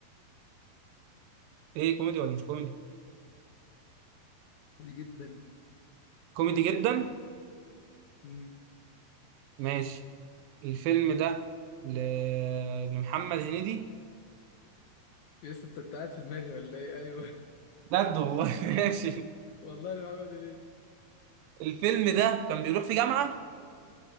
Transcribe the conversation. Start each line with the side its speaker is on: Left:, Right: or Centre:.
Right: ايه كوميدي ولا مش كوميدي
Left: كوميدي جدا
Right: كوميدي جدا
Left: امم
Right: ماشي الفيلم ده ل... لمحمد هنيدي
Left: يس انت انت قاعد في دماغي ولا ايه ايوه
Right: بجد والله <laughs> ماشي
Left: <laughs> والله انا بعمل ايه
Right: الفيلم ده كان بيروح في جامعة